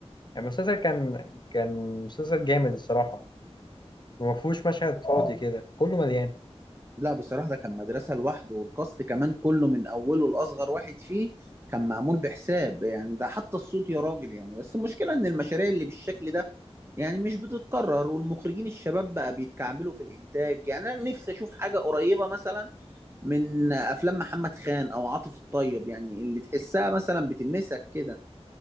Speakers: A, on the left (about 40°); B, on the right (about 25°).
A: يعني المسلسل كان كان مسلسل جامد الصراحة وما فيهوش مشهد فاضي كده كله مليان
B: لا بصراحة ده كان مدرسة لوحده والكاست كمان كله من أوله لأصغر واحد فيه كان معمول بحساب يعني ده حتى الصوت يا راجل يعني بس المشكلة إن المشاريع اللي بالشكل ده يعني مش بتتكرر والمخرجين الشباب بقى بيتكعبلوا في الإنتاج يعني أنا نفسي أشوف حاجة قريبة مثلا من أفلام محمد خان أو عاطف الطيب يعني اللي تحسها مثلا بتلمسك كده